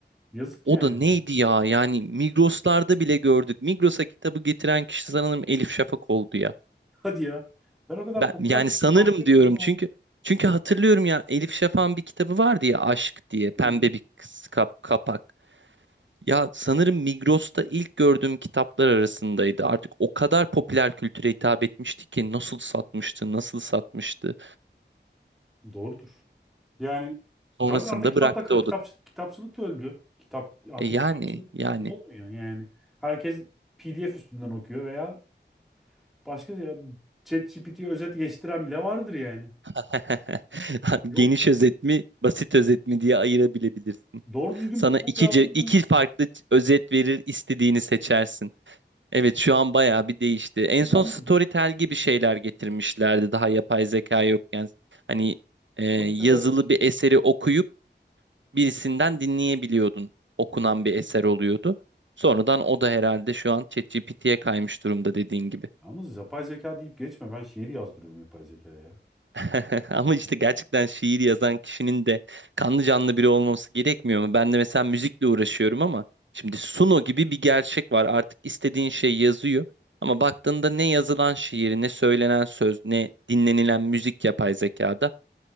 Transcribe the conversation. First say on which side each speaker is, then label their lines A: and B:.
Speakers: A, in the centre; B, on the right (about 80°).
A: Yazık
B: O
A: yani.
B: da neydi
A: <laughs>
B: ya? Yani Migros'larda bile gördük. Migros'a kitabı getiren kişi sanırım Elif Şafak oldu ya.
A: Hadi ya. Ben o kadar
B: Ben
A: popüler
B: yani
A: kültürü
B: sanırım
A: takip etmiyorum
B: diyorum
A: ama.
B: çünkü çünkü hatırlıyorum ya Elif Şafak'ın bir kitabı vardı ya Aşk diye pembe
A: Hı hı.
B: bir kıs- kap, kapak. Ya sanırım Migros'ta ilk gördüğüm kitaplar arasındaydı. Artık o kadar popüler kültüre hitap etmişti ki nasıl satmıştı, nasıl satmıştı.
A: Doğrudur. Yani
B: Sonrasında
A: zaten artık kitapla
B: bıraktı o
A: kitap
B: da.
A: kitapçılık da öldü. Kitap artık
B: E yani,
A: kitapçılık
B: yani.
A: olmuyor yani. Herkes PDF üstünden okuyor veya başka ya ChatGPT'ye özet geçtiren bile vardır yani.
B: <laughs>
A: Yok.
B: Geniş özet mi, basit özet mi diye ayırabilebilirsin.
A: Doğru düzgün
B: Sana
A: bir prompt
B: iki,
A: yazdın
B: ce- iki farklı özet verir, istediğini seçersin. Evet, şu an bayağı bir değişti. En
A: Yalnız
B: son Storytel gibi şeyler getirmişlerdi daha yapay zeka yokken. Hani e,
A: politel
B: yazılı
A: evet.
B: bir eseri okuyup birisinden dinleyebiliyordun. Okunan
A: Hı hı.
B: bir eser oluyordu. Sonradan o da herhalde şu an ChatGPT'ye kaymış durumda dediğin gibi.
A: Yalnız yapay zeka deyip geçme. Ben şiir yazdırıyorum yapay zekaya ya.
B: <laughs> Ama işte gerçekten şiir yazan kişinin de kanlı canlı biri olması gerekmiyor mu? Ben de mesela müzikle uğraşıyorum ama şimdi Suno gibi bir gerçek var. Artık istediğin şey yazıyor. Ama baktığında ne yazılan şiir, ne söylenen söz, ne dinlenilen müzik yapay zekada